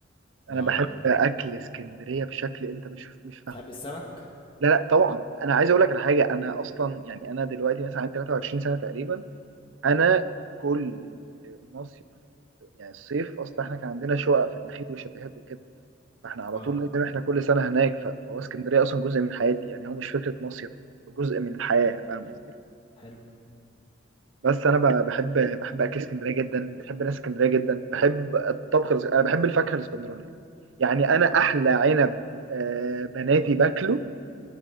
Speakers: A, on the left (about 25°); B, on the right (about 75°).
A: بالعربية
B: انا بحب اكل اسكندريه بشكل انت مش مش فاهم
A: تحب السمك؟
B: لا لا طبعا انا عايز اقول لك على حاجه انا اصلا يعني انا دلوقتي مثلا عندي 23 سنه تقريبا انا كل مصيف يعني الصيف اصلا احنا كان عندنا شقق في النخيل وشاليهات وكده فاحنا على
A: اه
B: طول لازم احنا كل سنه هناك ف- فهو اسكندريه اصلا جزء من حياتي يعني هو مش فكره مصيف هو جزء من الحياه فاهم قصدي
A: حلو
B: بس انا ب- بحب بحب اكل اسكندريه جدا بحب ناس اسكندريه جدا بحب الطبخ الاس- انا بحب الفاكهه الاسكندرانيه يعني انا احلى عنب آه، بناتي باكله